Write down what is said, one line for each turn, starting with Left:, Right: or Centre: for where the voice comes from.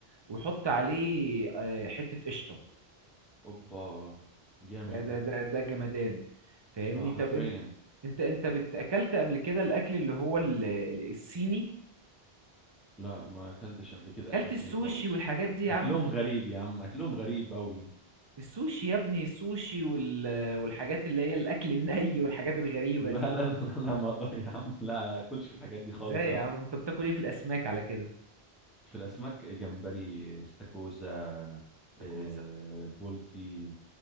Right: وحط عليه آه، حتة قشطة
Centre: اوبا جامد
Right: ده ده
Centre: ده
Right: ده ده جمدان فاهمني
Centre: اه حرفيا
Right: طب انت انت انت بت- اكلت قبل كده الاكل اللي هو ال- ال- الصيني
Centre: لا ما اكلتش قبل كده
Right: اكلت
Centre: اكل
Right: السوشي
Centre: صيني خالص
Right: والحاجات دي يا
Centre: اكلهم
Right: عم
Centre: غريب يا عم اكلهم غريب قوي
Right: السوشي يا ابني السوشي وال... والحاجات اللي هي الاكل الني والحاجات الغريبة
Centre: لا
Right: دي
Centre: لا لا لا لا ما اقدر يا عم لا اكلش الحاجات دي خالص
Right: ازاي يا
Centre: انا
Right: عم انت بتاكل ايه في الاسماك على كده
Centre: في الاسماك جمبري استاكوزا
Right: استاكوزا
Centre: آه، بولتي